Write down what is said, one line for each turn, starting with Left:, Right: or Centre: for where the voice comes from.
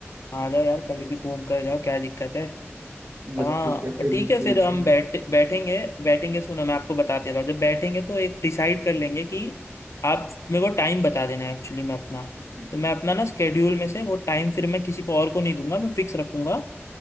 Left: आ जाओ यार
Right: तो
Left: कभी भी घूम कर जाओ क्या दिक्कत है
Right: बस
Left: हाँ
Right: ठीक है
Left: पर
Right: फिर
Left: ठीक है
Right: कोई
Left: फिर
Right: इशू
Left: हम
Right: नहीं
Left: बैठ बैठेंगे बैठेंगे सुनो मैं आपको बताते रहा हूँ। जब बैठेंगे तो एक डिसाइड कर लेंगे कि आप मेरे को टाइम बता देना एक्चुअली मैं अपना
Right: हम्म, हम्म,
Left: तो मैं अपना ना स्केड्यूल में से वो टाइम फिर मैं किसी को और को नहीं दूंगा मैं फिक्स रखूंगा